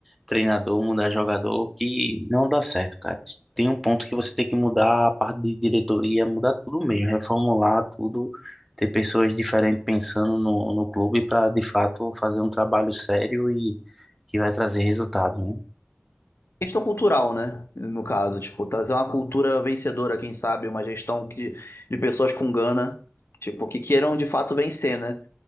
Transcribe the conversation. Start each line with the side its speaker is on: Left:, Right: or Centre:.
Centre: treinador, mudar jogador, que não dá certo, cara. Tem um ponto que você tem que mudar a parte de diretoria, mudar tudo mesmo, reformular tudo, ter pessoas diferentes pensando no, no clube para, de fato, fazer um trabalho sério e que vai trazer resultado, né?
Left: Questão cultural, né? No caso, tipo, trazer uma cultura vencedora, quem sabe, uma gestão que, de pessoas com gana, tipo, que queiram de fato vencer, né?